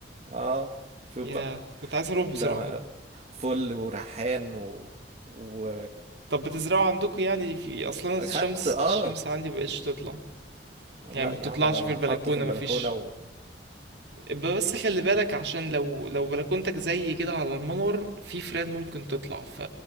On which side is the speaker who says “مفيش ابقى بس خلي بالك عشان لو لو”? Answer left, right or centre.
Right